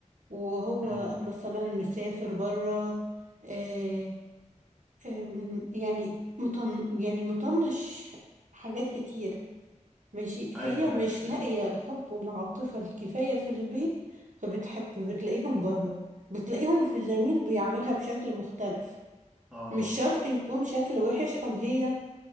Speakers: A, on the right (about 75°); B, in the centre.
A: وهو
B: امم إمم.
A: مثلا مسافر برا آه، آه، يعني مطن يعني مطنش حاجات كتير ماشي
B: ايوه
A: هي مش
B: ايوه
A: لاقية
B: ايوه
A: الحب والعاطفة الكفاية في البيت فبتحب بتلاقيهم بره بتلاقيهم في زميل بيعملها بشكل مختلف
B: اه
A: مش شرط يكون شكل وحش أو هي